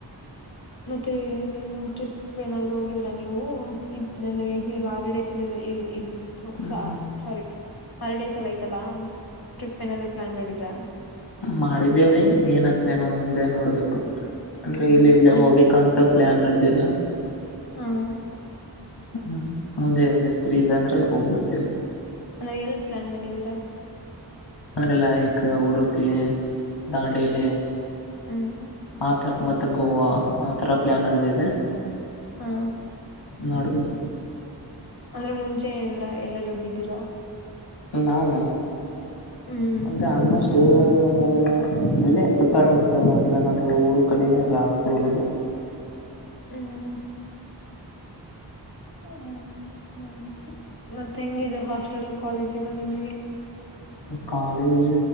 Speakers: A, on the left; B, on the left.
A: ಮತ್ತೆ ಇನ್ನೇನುಟ್ರಿಪ್. ಟ್ರಿಪ್ ಏನಾದ್ರು ಹೋಗಿದ್ರಾ ನೀವು ಇದ ಅಂದ್ರೆ ಈಗ ಹಾಲಿಡೇಸ್ ಅಲ್ಲಿ. ತು
B: ಹ್ಮ್
A: ಸ್ವಾರಿ ಹಾಲಿಡೇಸ್ ಐತಲ್ಲ ಟ್ರಿಪ್ ಏನಾದ್ರು ಪ್ಲಾನ್ ಮಾಡಿದ್ರಾ.
B: ಮಾಡಿದ್ದೇವಿ ಏನತೇನೋ ಮುಂದೆ ನೋಡ್ಬೇಕು. ಅಂದ್ರೆ
A: ಹ್ಮ್
B: ಇಲ್ಲಿ ಇಲ್ಲ ಹೋಗ್ಬೇಕಂತ ಪ್ಲಾನ್ ನಡೆದಿದೆ.
A: ಹ್ಮ.
B: ಹ್ಮ್ ಮುಂದೆ ಫ್ರೀ ಇದ್ದ ಅಂದ್ರೆ ಹೋಗ್ಬರ್ತೇವಿ.
A: ಅಂದ್ರೆ ಎಲ್ಲಿ ಪ್ಲಾನ್ ಮಾಡಿದೀರಾ.
B: ಅ್ರಲ್ಲಯಕ ಉಡುಪಿ ದಾಂಡೇಲಿ.
A: ಹ್ಮ್.
B: ಆಥ ಮತ್ತೆ ಗೋವಾ ಆಥರ ಪ್ಲಯಾನ್ ನಡದಿದೆ.
A: ಹಾ.
B: ನೋಡುಬೇಕು.
A: ಅಂದ್ರೆ ಮುಂಚೆ ಎಲ್ಲ ಎಲ್ಲೆಲ್ಲಿ ಹೋಗಿದ್ದೀರಾ.
B: ನಾನ
A: ಹ್ಮ್
B: ಅಂದ್ರೆ ಆಲ್ಮೋಸ್ಟ್. ಹ್ಮ ಇಲ್ಲೇ ಸುತ್ತಾ ಮುತ್ತ ಅಂದ್ರೆ ನಮ್ದ ಊರ್ ಕಡೆನೆ ಜಾಸ್ತಿ ಹೋಗೋದು.
A: ಹ್ಮ್. ಹ್ಮ ಮತ್ತೆ ಹೆಂಗಿದೆ ಹಾಸ್ಟೆಲ್ ಕಾಲೇಜ್ ಎಲ್ಲ ನಿಮಗೆ.
B: ಕಾಲೇಜ್